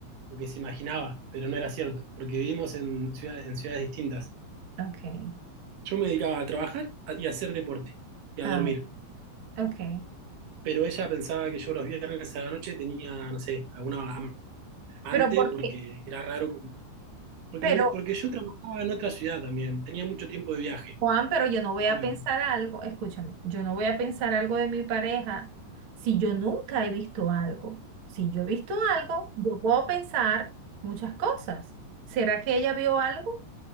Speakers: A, on the right (about 65°); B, on the right (about 80°).
A: lo que se imaginaba, pero no era cierto, porque vivimos en, ciudad- en ciudades distintas.
B: okay,
A: Yo me dedicaba a trabajar y a hacer deporte y a
B: Ah,
A: dormir,
B: okay,
A: pero ella pensaba que yo los viernes a la noche tenía, no sé, alguna amante,
B: Pero porque,
A: porque era raro, porque,
B: pero,
A: me- porque yo trabajaba en otra ciudad también, tenía mucho tiempo de viaje.
B: Juan, pero yo no voy a
A: Y-
B: pensar algo, escúchame, yo no voy a pensar algo de mi pareja si yo nunca he visto algo. Si yo he visto algo, yo puedo pensar muchas cosas. ¿Será que ella vio algo?